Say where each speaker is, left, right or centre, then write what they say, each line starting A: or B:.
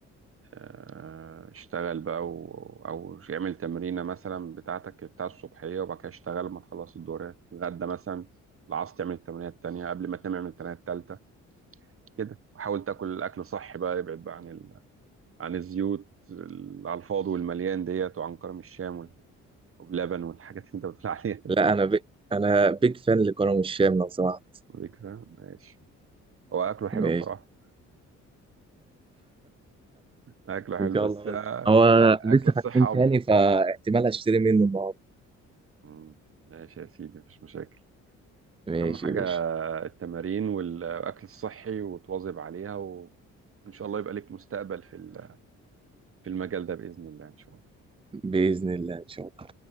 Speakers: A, on the right (about 45°); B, on the right (about 20°).
A: آه، اشتغل بقى و... او يعمل تمرينه مثلا بتاعتك بتاع الصبحيه وبعد كده اشتغل لما تخلص الدورات غدا مثلا العصر تعمل التمرينه التانيه قبل ما تنام اعمل التمرينه التالته كده وحاول تاكل الاكل صحي بقى ابعد بقى عن ال... عن الزيوت ال- على الفاضي والمليان ديت وعن كرم الشام وال- واللبن والحاجات اللي انت بتقول عليها
B: لا
A: دي
B: انا ب... انا بيج فان لكرم الشام لو سمحت
A: <laughs> ليك فاهم ماشي هو اكله حلو
B: ماشي
A: بصراحه اكله حلو
B: ان شاء
A: بس
B: الله
A: آه،
B: بس هو لسه
A: اكل الصحه
B: فاتحين
A: افضل
B: تاني فاحتمال اشتري منه النهارده
A: مم. ماشي يا سيدي مفيش مشاكل
B: ماشي
A: اهم حاجه
B: يا باشا
A: التمارين والأكل الصحي وتواظب عليها وإن شاء الله يبقى لك مستقبل في ال- في المجال ده بإذن الله إن شاء الله
B: باذن الله ان شاء الله